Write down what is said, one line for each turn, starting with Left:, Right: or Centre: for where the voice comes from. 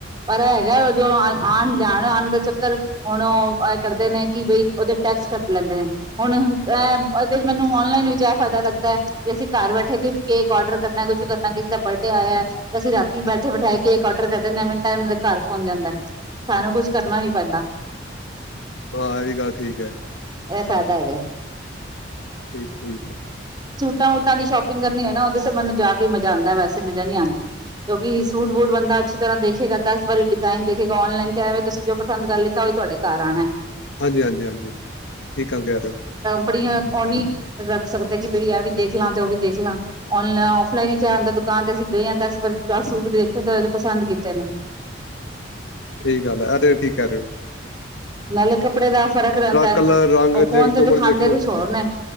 Right: ਪਰ ਏ ਹੈਗਾ ਜੋ ਆਣ ਜਾਣ ਆਣ ਦਾ ਚੱਕਰ ਹੁਣ ਉਹ ਕਰਦੇ ਨੇ ਕਿ ਬਈ ਉਹਦੇ ਟੈਕਸ ਕੱਟ ਲੈਂਦੇ ਨੇ, ਹੁਣ ਉਹਦੇ ਚ ਮੈਨੂੰ ਨਲਾਈਨ ਵਿੱਚ ਇਹ ਫਾਇਦਾ ਲੱਗਦਾ ਹੈ ਵੀ ਅਸੀਂ ਘਰ ਬੈਠੇ ਕੇਕ ਡਰ ਕਰਨਾ ਕੁ ਕਰਨਾ ਕਿਸੇ ਦਾ ਬਰਡੇ ਆਇਆ ਤੇ ਅਸੀਂ ਰਾਤੀ ਬੈਠੇ ਬੈਠਾਏ ਕੇਕ ਔਡਰ ਕਰਦੇ ਨ ਮਿੰਟਾਂ ਉਹਨਾਂ ਦੇ ਘਰ ਪਹੁੰਚ ਜਾਂਦਾ ਸਾਨੂੰ ਕੁਛ ਕਰਨਾ ਨੀ ਪੈਂਦਾ।
Left: ਹਾਂ ਇਹ ਵੀ ਗੱਲ ਠੀਕ ਹੈ।
Right: ਫੈਦਾ ਹੈਗਾ
Left: ਠੀਕ-ਠੀਕ ਹੈ।
Right: ਟਾ ਉੱਟਾ ਦੀ ਸ਼ੋਪਿੰਗ ਕਰਨੀ ਹੈ ਨਾ ਉਹਦੇ ਤੇ ਮਨੂੰ ਜਾਗ ਕੇ ਮਜ਼ਾ ਆਂਦਾ ਵੈਸੇ ਮਜ਼ਾ ਨੀ ਆਂਦਾ। ਕਿਉਂਕਿ ਸੂਟ ਵੂਟ ਬੰਦਾ ਅੱਛਾ ਤਰ੍ਹਾਂ ਦੇਖੇਗਾ ਦਸ ਵਾਰੀ ਡਿਜ਼ਾਇਨ ਦੇਖੇਗਾ ਔਨਲਾਈਨ ਤੇ ਆਵੇ ਤੁਸੀਂ ਜੋ ਪਸੰਦ ਕਰ ਲਿੱਤਾ ਉਹ ਵੀ ਤੁਹਾਡੇ ਘਰ ਆਣਾ।
Left: ਹਾਂਜੀ ਹਾਂਜੀ ਹਾਂਜੀ ਠੀਕ <unintelligible>
Right: ਆਪੜੀਆਂ ਉਹ ਨੀ ਰੱਖ ਸਕਦੇ ਕਿ ਬਈ ਇਹ ਵੀ ਦੇਖ ਲਾਂ ਤੇ ਉਹ ਵੀ ਦੇਖ ਲਾਂ ਔਨਲਾਈਨ ਆਫ਼ ਲਾਈਨ ਚ ਐ ਹੁੰਦਾ, ਦੁਕਾਨ ਤੇ ਅਸੀਂ ਗਏ ਹ ਦਸ ਵ ਦਸ ਸੂਟ ਵੀ ਦੇਖੇ ਤੇ ਉਹ ਪਸੰਦ ਕੀਤੇ ਨੇ।
Left: ਠੀਕ ਗੱਲ ਅਰੇ ਠੀਕ ਕਹਿ ਰਹੇਓ।
Right: ਨਾਲੇ ਕੱਪੜੇ ਦਾ ਫ਼ਰਕ ਰਹਦਾ
Left: ਕਲਰ ਰੰਗ
Right: ਉਹ ਫੋਨ
Left: ਦੇਖ
Right: ਤੇ
Left: ਜੋ
Right: ਦਿਖਾਂਦੇ
Left: ਮਰਜ਼ੀ ਦੇਖ ਲੋ
Right: ਕੁਛ ਹੋਰ ਨੇ